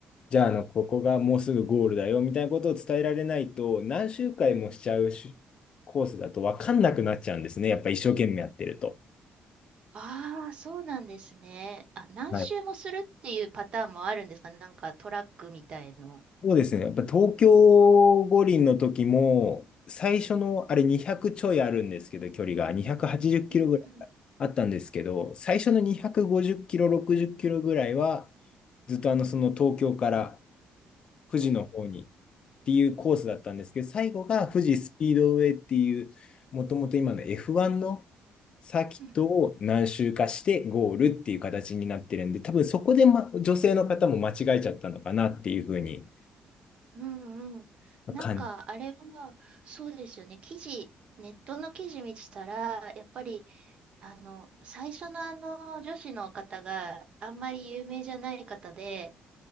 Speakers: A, on the left (about 45°); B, on the right (about 50°).
A: じゃあ、あの、ここがもうすぐゴールだよ、みたいなことを伝えられないと、何周回もしちゃうしコースだと分かんなくなっちゃうんですね。やっぱ一生懸命やってると。
B: ああ、そうなんですね。あ、何周もするっていうパターンもあるんですか、
A: はい。
B: なんかトラックみたいの。
A: そうですね。やっぱ東京五輪の時も、最初のあれ200ちょいあるんですけど、距離が280キロぐらい
B: うんうん
A: あったんですけど、最初の250キロ、60キロぐらいは、ずっとあの、その東京から富士の方にっ
B: うん
A: ていうコースだったんですけど、最後が富士スピードウェイっていう、
B: うんうん
A: もともと今の F1 のサーキットを何周かしてゴールっていう形になってるんで、
B: うん
A: 多分そこで、ま、女性の方も間違えちゃったのかなっていうふうに
B: うんうん。なんか、
A: 感じ。
B: あれは、そうですよね。記事、ネットの記事見てたら、やっぱり、あの、最初のあの、女子の方があんまり有名じゃない方で、